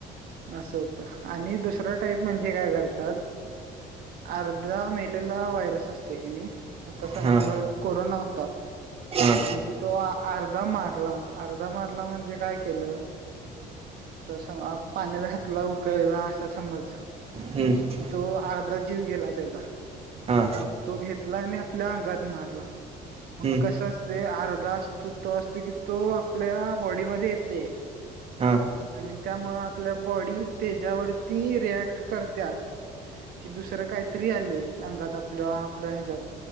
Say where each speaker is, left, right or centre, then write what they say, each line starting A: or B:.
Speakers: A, on the right; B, on the right.
A: असं होत आणि दुसरं टाईप म्हणजे काय करतात.
B: <inaudible>
A: अर्धा मेलेला व्हायरस असतोय की नाही आता समज
B: हां
A: कोरोना होता.
B: हां
A: म्हणजे तो अर्धा मारला अर्धा मारला म्हणजे काय केलं. तस पाण्यात घातला उकळला असा समज.
B: हम्म
A: तो अर्धा जीव गेला त्याचा
B: हां
A: मग तो घेतला आणि आपल्या अंगात मारला. मग
B: हम्म
A: कसं असते अर्धा असतो तो असतो की तो आपल्या बॉडीमध्ये येते.
B: हां
A: आणि त्यामु आपल्या बॉडी त्याच्यावरती रिएक्ट करत्या. कि दुसरं काहीतरी आलंय अंगात आपल्या आपल्या ह्याच्यात.